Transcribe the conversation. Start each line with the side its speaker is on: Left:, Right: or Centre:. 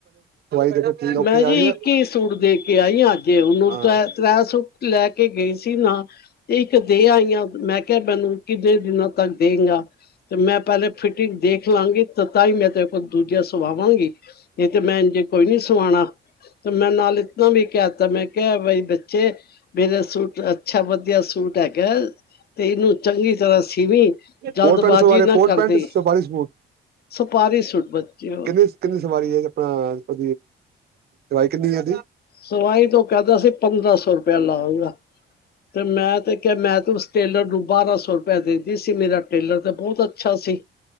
Right: ਦੇਖੋ ਠੀਕ ਓਕੇ
Left: ਮੈਂ ਜੀ
Right: ਆਈ ਹੈ
Left: ਇੱਕ ਹੀ ਸੂਟ ਦੇ ਕੇ ਆਈ ਹ ਅੱਜੇ ਉਹਨੂੰ
Right: ਹਾਂ
Left: ਤ੍ਰੈ ਸੂਟ ਲੈ ਕੇ ਗਈ ਸੀ ਨਾ ਇੱਕ ਦੇ ਆਈ ਮੈਂ ਕਿਹਾ ਮੈਨੂੰ ਕਿੰਨੇ ਦਿਨਾਂ ਤੱਕ ਦੇਗਾ ਤੇ ਮੈਂ ਪਹਿਲੇ ਫਿਟਿੰਗ ਦੇਖ ਲਵਾਗੀ ਤੇ ਤਾਂ ਹੀ ਮੈਂ ਤੇਰੇ ਕੋਲ ਦੂਜੇ ਜੇ ਸੁਵਾਵਾਗੀ ਇਹ ਤੇ ਮੈਂ ਜੇ ਕੋਈ ਨੀ ਸਵਾਣਾ ਤੇ ਮੈਂ ਨਾਲ ਇਦਾਂ ਵੀ ਕਿਆ ਤਾਂ ਮੈਂ ਕਿਹਾ ਬਈ ਬੱਚੇ ਜੇ ਮੇਰਾ ਸੂਟ ਅੱਛਾ ਵਧੀਆ ਸੂਟ ਹੈਗਾ ਤੇ ਇਹਨੂੰ ਚੰਗੀ ਤਰ੍ਹਾਂ ਕਿਵੇਂ ਜਲਦਬਾਜ਼ੀ
Right: ਕੋਟ ਪੈਂਟ ਸਵਾਰੇ
Left: ਨਾ
Right: ਕੋਟ
Left: ਕਰਦੀ
Right: ਪੈਂਟ ਸਵਾਰੀ ਸੂਟ
Left: ਸੁਪਾਰੀ ਸੂਟ ਵਧੀਆ
Right: ਕਿੰਨੀ ਕਿੰਨੀ ਸਵਾਈ ਹੈ ਆਪਣਾ ਕਿੰਨੀ <unintelligible>
Left: ਸਵਾਈ ਤੋਂ ਕਿਆਦਾ ਸੀ ਪੰਦਰਾਂ ਸੌ ਸੋ ਰੁਪਿਆ ਲਾਗਾ ਤੇ ਮੈਂ ਤੇ ਕਿਹਾ ਮੈਂ ਤੇ ਉਸ ਟੇਲਰ ਨੂੰ ਬਾਰਾਂ ਸੌ ਰੁਪਿਆ ਦੇਦੀ ਸੀ ਮੇਰਾ ਟੇਲਰ ਤਾਂ ਬਹੁਤ ਅੱਛਾ ਸੀ